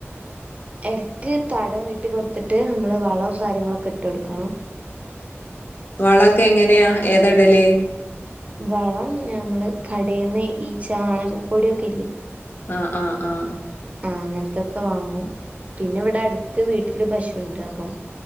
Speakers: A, on the right; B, on the left.
A: എടുക്ക് തടം വിട്ട്കൊടു എടുത്തിട്ട് നമ്മള് വളവും കാര്യങ്ങളൊക്കെ ഇട്ട് കൊടുക്കണം
B: വളൊക്കെ എങ്ങനെയാ ഏത ഇടല്
A: വളം നമ്മള് കടയിന്ന് ഈ ചാണകപ്പൊടിയൊക്കെ ഇല്ലേ
B: ആ ആ ആ
A: ആഹ അങ്ങനത്തൊക്കെ വാങ്ങും പിന്നെ ഇവിടെ അടുത്ത് വീട്ടിൽ വീട്ടില് പശുണ്ട് അപ്പം